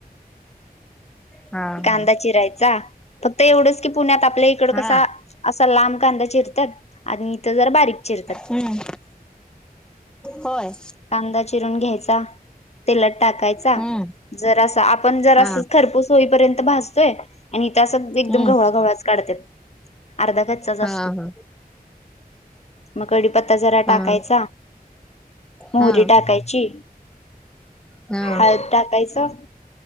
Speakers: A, in the centre; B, on the left (about 45°).
A: हा
B: कांदा चिरायचा फक्त एवढंच की पुण्यात.. आपल्या इकड
A: हा
B: कसा
A: हा
B: असा लांब कांदा इथ जरा बारीक चीरतात..
A: हम्म होय..
B: कांदा चिरून घ्यायचा तेलात टाकायचा
A: हम्म
B: जर असं आपण जर
A: हा
B: असं खरपूस होईपर्यंत भाजतोय आणि इथं असं एकदम
A: हम्म
B: गवळा घवळाच काढत अर्धा काचचा जा
A: हा
B: असत मग कडीपत्ता जरा
A: हा
B: टाकायचा
A: हा
B: मोहरी
A: हा
B: टाकायची
A: हा
B: हळद टाकायचं